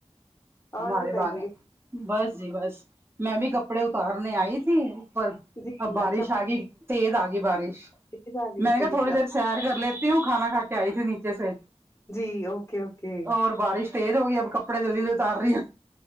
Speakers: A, on the left (about 25°); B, on the right (about 20°).
A: اور
B: ہمارے
A: بتائیے
B: بارے بس جی بس میں بھی کپڑے اتارنے آئی تھی اوپر
A: آپ جی
B: اب بارش
A: اچھا
B: آگی تیز آگی بارش
A: تیز آ گئی
B: میں نے
A: تھی
B: کہ تھوڑی دیر سیر کر لیتی ہوں کھانا کا کے آئی تھی نیچے سے
A: جی اوکے اوکے
B: اور بارش تیز ہوگی اب کپڑے جلدی جلدی اتار رہی ہو